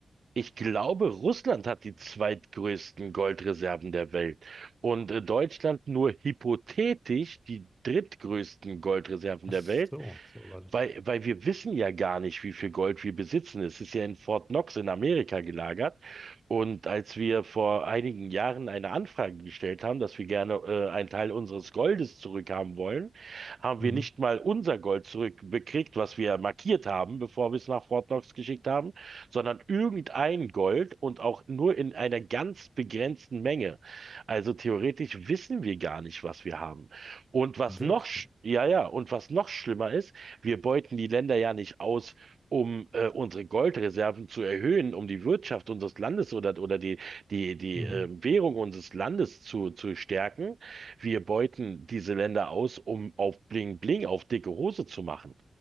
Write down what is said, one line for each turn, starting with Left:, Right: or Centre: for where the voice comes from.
Right: Ich glaube, Russland hat die zweitgrößten Goldreserven der Welt und äh, Deutschland nur hypothetisch die drittgrößten Goldreserven
Centre: Ach
Right: der Welt.
Centre: so, so war das.
Right: Weil, weil wir wissen ja gar nicht, wie viel Gold wir besitzen. Es ist ja in Fort Knox in Amerika gelagert. Und als wir vor einigen Jahren eine Anfrage gestellt haben, dass wir gerne äh, einen Teil unseres Goldes zurückhaben wollen, haben
Centre: Mhm.
Right: wir nicht mal unser Gold zurückbekriegt, was wir markiert haben, bevor wir es nach Fort Knox geschickt haben, sondern irgendein Gold und auch nur in einer ganz begrenzten Menge. Also theoretisch wissen wir gar nicht, was wir haben. Und was
Centre: Wirklich.
Right: noch, sch- ja, ja, und was noch schlimmer ist, wir beuten die Länder ja nicht aus, um äh, unsere Goldreserven zu erhöhen, um die Wirtschaft unseres Landes oder, oder die, die, die
Centre: Mhm.
Right: äh, Währung unseres Landes zu, zu stärken. Wir beuten diese Länder aus, um auf Bling Bling, auf dicke Hose zu machen.